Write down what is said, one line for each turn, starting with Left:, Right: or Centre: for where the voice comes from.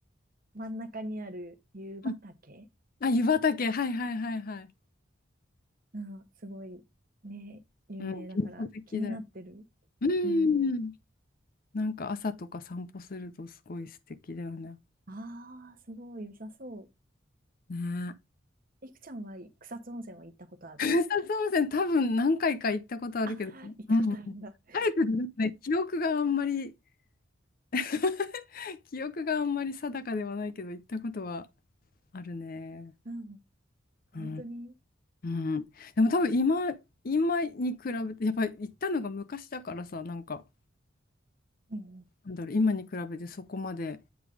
Right: 真ん中にある湯畑、
Left: うんあ、湯畑。はいはいはいはい。
Right: うん、すごいね、有名だから気になってる。
Left: うん、幻想的だよ。うん。
Right: うん。
Left: なんか朝とか散歩するとすごい素敵だよね。
Right: ああ、すごい良さそ
Left: ね
Right: う。いくちゃんは草津温泉は行ったことある
Left: 草津温泉多分何回か行ったことあるけど、
Right: あ、
Left: うん。
Right: 行ったことあるんだ。<laughs>
Left: 早くですね、記憶があんまり、<laughs> 記憶があんまり定かではないけど、行ったことはあるね。
Right: うん、本当に。
Left: うん。うん。でも多分今、今に比べて、やっぱり行ったのが昔だからさ、なんか、
Right: うんうん。
Left: なんだろう、今に比べてそこまで